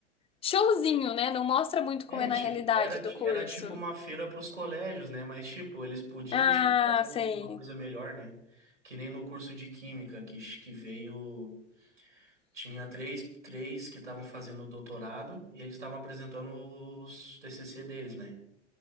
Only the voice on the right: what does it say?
É,
tipo,
era, ti-
era tipo uma feira para os colégios, né? Mas, tipo, eles podiam,
tipo, fazer alguma
coisa melhor, né? Que nem no curso de Química, que, ch- que veio... Tinha três, três que estavam fazendo doutorado e eles estavam apresentando os TCC deles, né?